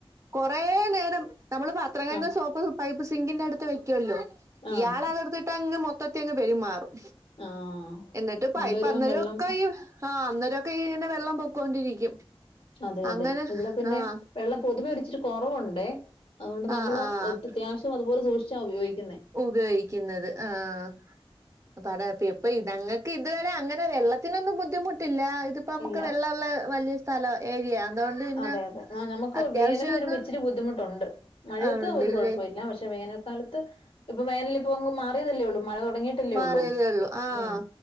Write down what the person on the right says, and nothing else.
കുറേ നേരത്തേ- <unintelligible> നമ്മൾ പാത്രം കഴുകുന്ന
സോപ്പ് പൈപ്പ് സിങ്കിൻ്റെ അടുത്ത് വെയ്ക്കല്ലോ
ഇയാളതെട്ത്തിട്ട് <unintelligible> മൊത്തത്തിൻ പെരുമാറും
എന്നിട്ട്
പൈപ്പ്
<unintelligible>
ആഅന്നേരം ഒക്കെ ഇതിന്ന് വെള്ളം പൊക്കോണ്ടിരിക്കും
അങ്ങനെ
ആഹ്
ആഹ് ആഹ്
ഉപയോഗിക്കുന്നത്. ആ <unintelligible> എപ്പഴും ഇതന്നെ <inaudible> <unintelligible>
<inaudible> <unintelligible> സ്ഥലം ഏരിയ അതുകൊണ്ട് പിന്നെ
അത്യാവശ്യം
ഒന്ന്
ആഹ് ഉണ്ട്ല്ലേ
മാറിയതേ ഉള്ളൂ ആഹ്